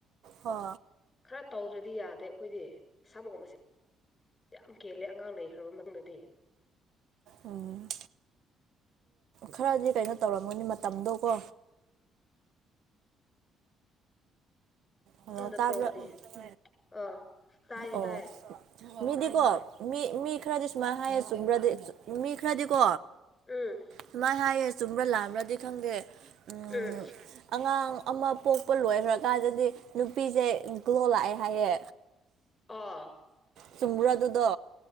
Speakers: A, on the right (about 65°); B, on the left (about 20°).
A: ꯍꯣ
B: ꯈꯔ ꯇꯧꯗ꯭ꯔꯗꯤ ꯌꯥꯗꯦ ꯑꯩꯈꯣꯏꯗꯤ ꯁꯝꯒꯣꯝꯕꯁꯦ ꯌꯥꯝ ꯀꯦꯜꯂꯦ ꯑꯉꯥꯡ ꯂꯩꯈ꯭ꯔꯕ ꯃꯇꯨꯡꯗꯗꯤ
A: ꯎꯝ ꯈꯔꯗꯤ ꯀꯩꯅꯣ ꯇꯧꯔꯝꯒꯅꯤ ꯃꯇꯝꯗꯣ ꯀꯣ ꯍꯜꯂꯣ
B: ꯁꯝꯗ
A: ꯇꯥꯕ꯭ꯔꯥ
B: ꯄ꯭ꯔꯣꯗꯤ
A: <unintelligible>
B: ꯑꯥ ꯇꯥꯏꯌꯦ
A: ꯑꯣ
B: ꯇꯥꯏꯌꯦ
A: ꯃꯤꯗꯤꯀꯣ ꯃꯤ ꯃꯤ ꯈꯔꯗꯤ ꯁꯨꯃꯥꯏꯅ ꯍꯥꯏꯔ ꯆꯨꯝꯕ꯭ꯔꯗꯤ ꯃꯤ ꯈꯔꯗꯤꯀꯣ
B: ꯎꯝ
A: ꯁꯨꯃꯥꯏꯅ ꯍꯥꯏꯌꯦ ꯆꯨꯝꯕ꯭ꯔꯥ ꯂꯥꯑꯕ꯭ꯔꯗꯤ ꯈꯪꯗꯦ ꯎ
B: ꯎꯝ
A: ꯑꯉꯥꯡ ꯑꯃ ꯄꯣꯛꯄ ꯂꯣꯏꯈ꯭ꯔꯀꯥꯟꯗꯗꯤ ꯅꯨꯄꯤꯁꯦ ꯒ꯭ꯂꯣ ꯂꯥꯛꯑꯦ ꯍꯥꯏꯌꯦ
B: ꯑꯥ
A: ꯆꯨꯝꯃ꯭ꯔꯥꯗꯨꯗꯣ